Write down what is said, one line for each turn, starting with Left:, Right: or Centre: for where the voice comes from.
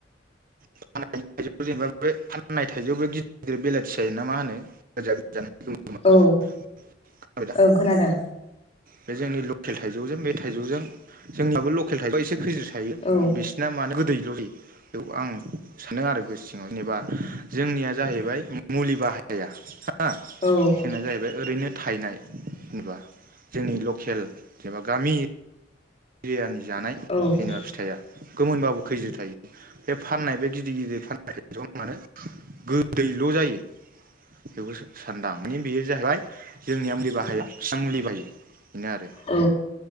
Right: फान थाइौ जेनेबा बे फाननाय थाइजौआवबो गिदिर गिदिर बेलाथि जाय ना मा होनो? <unintelligible>
Left: औ
Right: <unintelligible> खोनाबायदा?
Left: ओं खोनादों
Right: बे जोंनि लकेल थाइजौजों बे थाइजौजों जोंनाबो लकेल थाइजौआ एसे खैजो थायो
Left: औ
Right: बिसोरना मानो गोदैल'लै बेयाव आं सानदों आरो गो सिङाव जेनेबा जोंनिया जाहैबाय मुलि बाहाया। हा
Left: औ ओं
Right: खेनिया जाहैबाय ओरैनो थाइनाय। बा जोंनि खेल जेनेबा गामि बिरियनि। जानाय
Left: औ ओं
Right: जेनमा फिथाइया। गोमोनबाबो खैजो थायो। बे फाननाय बे गिदिर गिदिर फाननाय ज मे गोदैल' जायो। बे सानदां। बेयो जाहैबाय जोंनिया मुलि बाहाया बिसिनिया मुलि बाहायो। बेनो आरो
Left: औ।